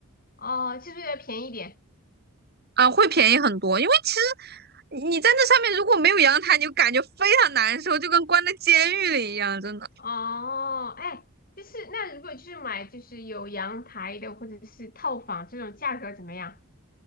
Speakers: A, on the left; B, on the right.
A: 哦，就是要便宜点。
B: 啊，会便宜很多，因为其实。你在那上面如果没有阳台，你就感觉非常难受，就跟关在监狱里一样，真的。
A: 哦，哎，就是那如果就是买就是有阳台的或者是套房这种价格怎么样？